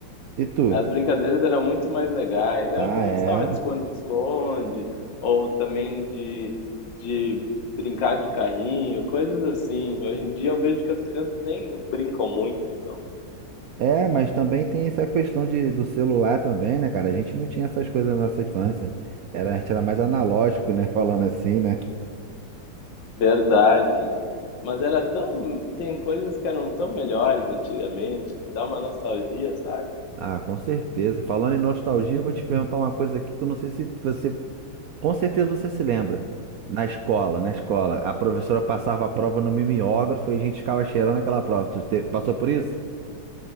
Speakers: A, on the right; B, on the left.
A: E tu?
B: as brincadeiras eram muito mais legais. É,
A: Ah,
B: Eu gostava
A: era.
B: de esconde-esconde, ou também de, de brincar de carrinho, coisas assim. Hoje em dia eu vejo que as crianças nem brincam muito, não?
A: É, mas também tem essa questão de, do celular também, né, cara? A gente não tinha essas coisas na nossa infância. Era, a gente era mais analógico, né? <laughs> Falando assim, né?
B: Verdade. Mas era tão. Tem coisas que eram tão melhores antigamente. Me dá uma nostalgia, sabe?
A: Ah, com certeza. Falando em nostalgia, eu vou te perguntar uma coisa aqui que eu não sei se você, com certeza você se lembra. Na escola, na escola, a professora passava a prova no mimeógrafo e a gente ficava cheirando aquela prova. Tu te- passou por isso?